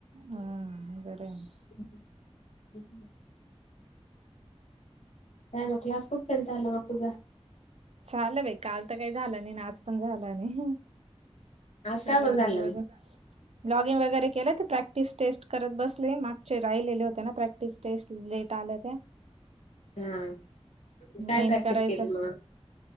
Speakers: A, on the right; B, on the left.
A: हा, बरंय.
B: <unintelligible> काय मग क्लास कुट पर्यंत चालला मग तुझा?
A: चालं बाई, काल तर काही झालं नाही आज पण झालं नाही.
B: आज का बरं
A: लॉगिंग
B: झाला
A: वगैरे
B: नाही?
A: लॉगिंग वगैरे केलं ते प्रॅक्टिस टेस्ट करत बसले मा चे राहिलेले होते ना प्रॅक्टिस टेस्ट लेट आले त्या
B: हा काय
A: मेन
B: प्रॅक्टिस
A: करायचं.
B: केली मग